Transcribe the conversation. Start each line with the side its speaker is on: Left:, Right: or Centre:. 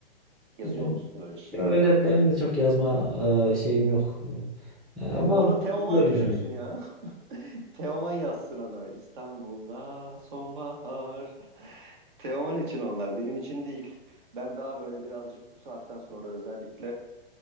Right: Yazıyor
Centre: Yani
Right: musun öyle şiir
Centre: öyle
Right: falan?
Centre: benim de çok yazma e, şeyim yok. Yani ama
Right: Onu Teoman
Centre: biliyorum
Right: düşünsün
Centre: yani.
Right: ya. <laughs> Teoman yazsın onu. İstanbul'da sonbahar. Teoman için onlar, benim için değil. Ben daha böyle birazcık bu saatten sonra özellikle